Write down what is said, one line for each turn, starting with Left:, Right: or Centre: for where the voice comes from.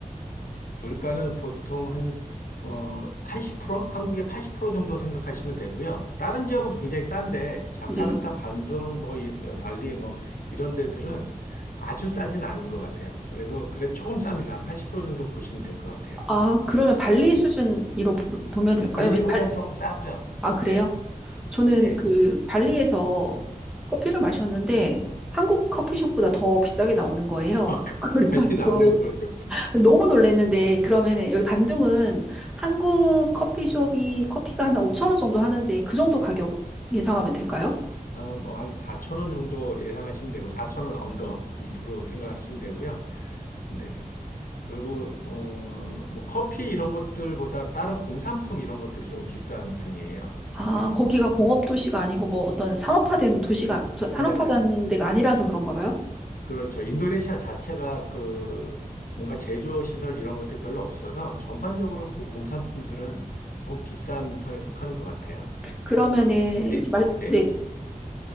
Left: 물가는 보통 한, 어, 80%? 한국의 80% 정도 생각하시면 되고요. 다른 지역은 굉장히 싼데, 자카르타,
Centre: 네.
Left: 반둥, 뭐, 이- 발리, 뭐, 이런 데들은 아주 싸진 않은 것 같아요. 그래도, 그래, 조금 쌉니다. 한 80% 정도 보시면 될 것 같아요.
Centre: 아, 그러면 발리 수준으로 보- 보면 될까요?
Left: 발리보단
Centre: 왜냐- 발,
Left: 조금 싸고요.
Centre: 아, 그래요?
Left: 예,
Centre: 저는
Left: 예.
Centre: 그 발리에서 커피를 마셨는데 한국 커피숍보다 더 비싸게 나오는 거예요.
Left: <laughs> 어, 그
Centre: <laughs>
Left: 발리는
Centre: 그래가지고
Left: 아무래도 그렇죠. 음.
Centre: 너무 놀랐는데 그러면은 여기 반둥은 한국 커피숍이 커피가 한 5천 원 정도 하는데 그 정도 가격 예상하면 될까요?
Left: 어, 뭐, 한4천원 정도 예상하시면 되고, 4천원 언더 밑으로 생각하시면 되고요. 네. 그리고 어, 뭐 커피 이런 것들보다 다른 공산품 이런 것들이 조금 비싼 편이에요.
Centre: 아,
Left: 네.
Centre: 거기가 공업 도시가 아니고 뭐 어떤 산업화된 도시가 산업화된
Left: 네,
Centre: 데가 아니라서 그런가 봐요.
Left: 그렇죠. 인도네시아 자체가 그 뭔가 제조 시설 이런 것들이 별로 없어서 전반적으로 그 공산품들은 조금 비싼 편에 속하는 것 같아요.
Centre: 그러면은
Left: 네.
Centre: 이제 말,
Left: 네,
Centre: 네,